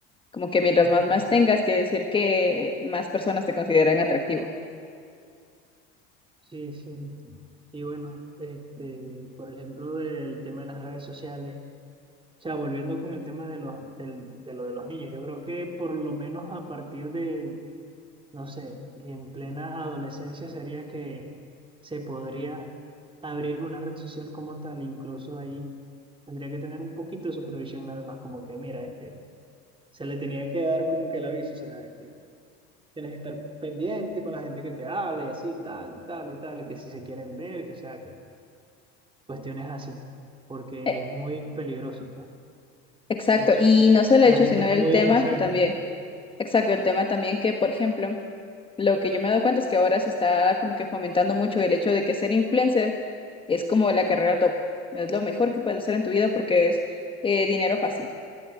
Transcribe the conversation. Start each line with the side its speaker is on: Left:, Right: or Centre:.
Left: Como que mientras
Right: ajá
Left: más más tengas, que decir que más personas te consideran atractivo.
Right: Sí, sí. Y bueno, este, por ejemplo, del tema de las redes sociales, o sea, volviendo con el tema de los, del- de lo de los niños, yo creo que por lo menos a partir de, no sé, en plena adolescencia sería que se podría abrir una red social como tal, incluso ahí tendría que tener un poquito de supervisión nada más, como que, mira, este, se le tenía que dar como que el aviso, o sea, de que tienes que estar pendiente con la gente que te habla y así, tal, y tal, y tal, y que si se quieren ver, que o sea, que cuestiones así, porque
Left: Eh,
Right: es muy peligroso, pues,
Left: exacto.
Right: eso.
Left: Y no solo
Right: La
Left: el hecho,
Right: gente
Left: sino
Right: es
Left: el
Right: muy
Left: tema
Right: inocente.
Left: que también. Exacto, el tema también que, por ejemplo, lo que yo me he dado cuenta es que ahora se está como que fomentando mucho el hecho de que ser influencer es como la carrera top. Es lo mejor que puedes hacer en tu vida porque es eh, dinero fácil.